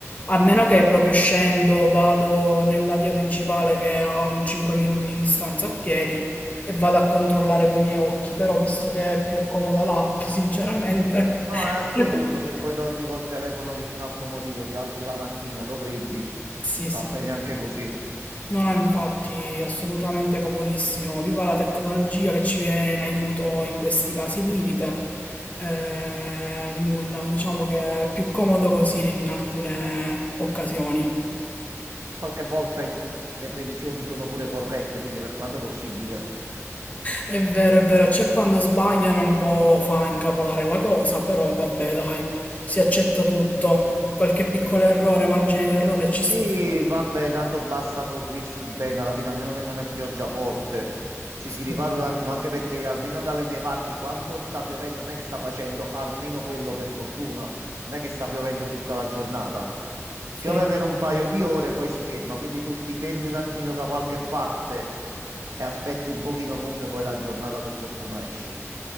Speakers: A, on the left; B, on the right.
A: A meno che proprio scendo, vado nella via principale che è a un 5 minuti di distanza a piedi e vado a controllare coi miei occhi, però visto che è più comoda l'app, sinceramente.
B: No, a sto
A: <laughs>
B: punto se poi dormi col telefono vicino al comodino, ti alzi la mattina, e lo prendi,
A: Sì,
B: va
A: sì,
B: bene
A: sì.
B: anche così.
A: No, no, infatti, assolutamente comodissimo. Viva la tecnologia che ci viene in aiuto in questi casi limite. Eh, nulla, diciamo che è più comodo così in alcune occasioni.
B: Qualche volta in- le previsioni sono pure corrette, quindi per quanto possibile.
A: È vero, è vero, c'è quando sbagliano un po' fa incavolare la cosa, però vabbè, dai, si accetta tutto. Qualche piccolo errore, margine di errore ci
B: Sì,
A: sta sempre.
B: vabbè, tanto basta coprirsi bene, alla fine, a meno che non è pioggia forte. Ci
A: Sì,
B: si ripara un attimo, anche perché almeno dalle mie parti, quando sta piovendo, non è che sta facendo almeno quello per fortuna, non è che sta piovendo tutta la giornata.
A: sì,
B: Piove per un paio di ore, e poi si ferma, quindi tu ti fermi un attimino da qualche parte e aspetti un pochino, comunque poi la giornata per fortuna esce.